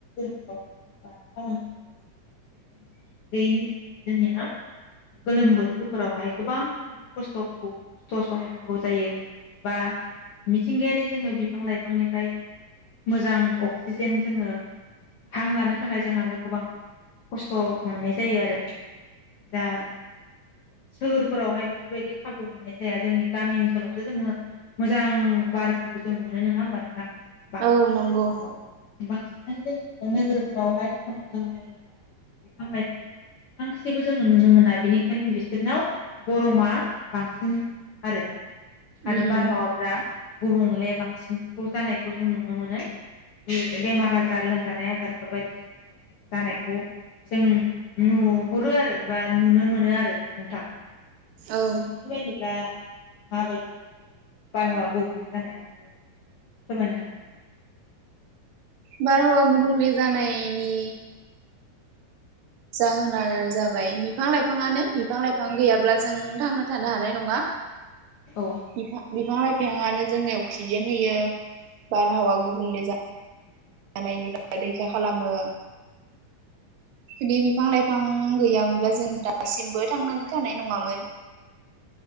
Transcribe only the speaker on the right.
औ नंगौ
उम
औ
बारहावा गुबुंले जानायनि जाहोनानो जाबाय बिफां लाइफाङानो बिफां लाइफां गैयाब्ला जों थांना थानो हानाय नङा
बिफा बिफां लाइ बिफाङानो जोंनो अक्सिजेन होयो बारहावा गुबुंले जा जानायनि बागै रैखा खालामो बि बिफां लाइफां गैयामोनब्ला जों दासिमबो थांनानै थानाय नङामोन